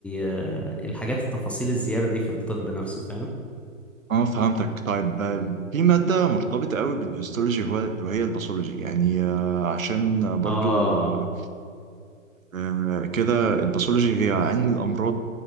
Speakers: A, in the centre; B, on the right.
A: آه، الحاجات التفاصيل الزيادة دي في الطب نفسه فاهم
B: اه فهمتك طيب آه، في مادة مرتبطة قوي بالهيستولوجي وهو- وهي الباثولوجي يعني آه، عشان برضو
A: اه
B: آه، آه، كده الباثولوجي هي علم الأمراض